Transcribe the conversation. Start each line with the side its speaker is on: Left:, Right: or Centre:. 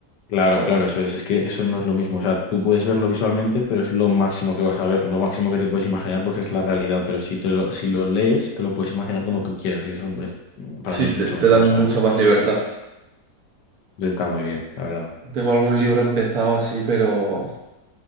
Left: Claro,
Right: claro.
Left: claro, eso es. Es que eso no es lo mismo. O sea, tú puedes verlo visualmente, pero es lo máximo que vas a ver, lo máximo que te puedes imaginar porque es la realidad. Pero si te lo, si lo lees, te lo puedes imaginar como tú quieras. Y eso eh, para
Right: Sí,
Left: mí es
Right: te,
Left: mucho
Right: te
Left: mejor,
Right: dan mucha
Left: ¿sabes?
Right: más libertad.
Left: Está muy bien, la verdad.
Right: Tengo algún libro empezado así, pero